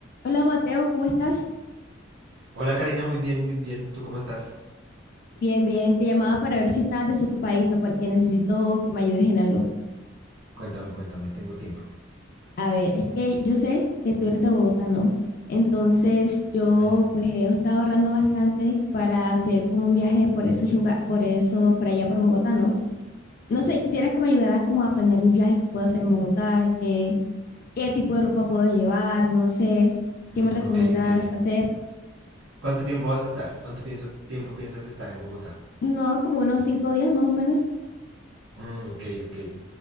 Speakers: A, on the left (about 50°); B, on the right (about 80°).
A: Hola Mateo, ¿cómo estás?
B: Hola Karina, muy bien, muy bien. ¿Tú cómo estás?
A: Bien, bien, te llamaba para ver si estabas desocupadito porque necesito que me ayudes en algo.
B: Cuéntame, cuéntame, tengo tiempo.
A: A ver, es que yo sé que tú eres de Bogotá, ¿no? Entonces yo
B: Ujú.
A: pues he estado ahorrando bastante para hacer como un viaje por esos lugares, por eso, por allá por Bogotá, ¿no? No sé, quisiera que me ayudaras como a planear mi viaje que puedo hacer en Bogotá, que, qué tipo de ropa puedo llevar, no sé, ¿qué
B: Mm,
A: me recomiendas
B: ok, ok.
A: hacer?
B: ¿Cuánto tiempo vas a estar? ¿Cuánto pienso- tiempo piensas estar en Bogotá?
A: No, como unos cinco días más o menos.
B: Mm, ok, ok.